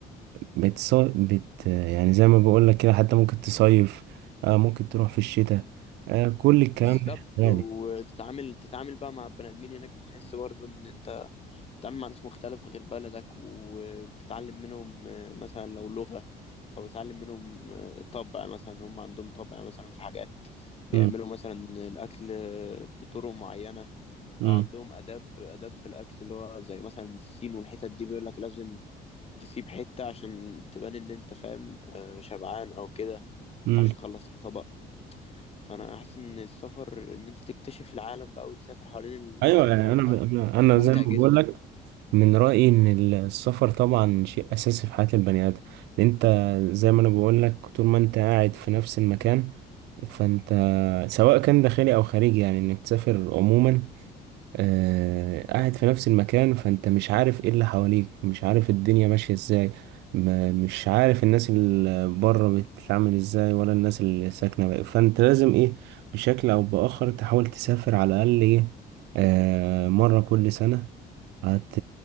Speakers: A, on the right; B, on the left.
A: بتص... بت... يعني زي ما بقولك كده حتى ممكن تصيف آه، ممكن تروح في الشتاء آه، كل الكلام
B: بالظبط
A: ده شغال
B: وتتعامل تتعامل بقى مع البني ادمين هناك بتحس برضه ان انت بتتعامل مع ناس مختلفة غير بلدك وبتتعلم منهم آه، مثلا لو لغة أو بتتعلم منهم آه، طبع مثلا هم عندهم طبع مثلا في حاجات بيعملوا
A: مم،
B: مثلا الأكل آه، بطرق معينة
A: مم،
B: أو عندهم آداب آداب في الأكل اللي هو زي مثلا الصين والحتت دي بيقولك لازم تسيب حتة عشان تبان إن أنت فاهم آه، شبعان أو كده مينفعش
A: مم.
B: تخلص الطبق فأنا حاسس إن السفر إن أنت تكتشف العالم بقى وتسافر حوالين العالم
A: أيوة يعني
B: فده
A: أنا أنا أنا
B: ممتع
A: زي ما
B: جدا
A: بقولك من رأيي إن السفر طبعا شيء أساسي في حياة البني آدم لأن أنت زي ما أنا بقولك طول ما أنت قاعد في نفس المكان فأنت سواء كان داخلي أو خارجي يعني إنك تسافر عموما آه، قاعد في نفس المكان فانت مش عارف ايه اللي حواليك مش عارف الدنيا ماشية ازاي ما مش عارف الناس اللي بره بتتعامل ازاي ولا الناس اللي ساكنة بقى. فانت لازم ايه بشكل او باخر تحاول تسافر على الاقل ايه آه مرة كل سنة هت